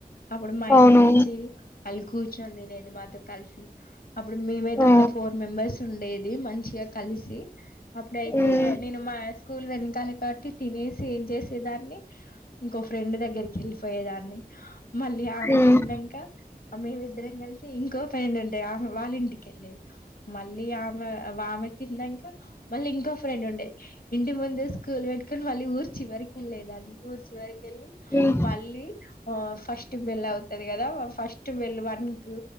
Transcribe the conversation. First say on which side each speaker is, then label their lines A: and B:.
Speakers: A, on the left (about 55°); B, on the left (about 15°).
A: అప్పుడు మా
B: అవును
A: ఇంటికి వచ్చి పలుకు చ్చాంది నేను మాతో కల్సి అప్పుడు మేమైతే
B: ఆ
A: ఒక ఫోర్ మెంబర్స్ ఉండేద్ ది మంచిగ కలిసి అప్పుడైతే
B: మ్మ్
A: నెను మా స్కూల్వెని తాలే కాట్టి తినేసి ఏం చేసేదాన్ని ఇంకో ఫ్రెండ్ దగ్గరికి వెళ్ళిఎయేదాన్ని మళ్ళి ఆమె
B: మ్మ్
A: తిన్నంక అ మేమిద్దరం కలిసి ఇంకో ఫ్రెండ్ ఉంటయి, ఆమె వాళ్ళ ఇంటికెళ్ళేది మళ్ళీ ఆమె ఆమె తిన్నంక మళ్ళింకో ఫ్రెండ్ ఉండేద్ ఇంటి ముందు స్ కూల్ వెట్టుకొని మళ్ళీ ఊర్చివరికెళ్ళేదాన్ని ఊర్చివరిక్ కెళ్ళి
B: మ్మ్
A: మళ్ళి ఓ ఫస్ట్ బెళ్ల్ళవుతుది కదా, ఫస్ట్ బెల్లు వన్ కు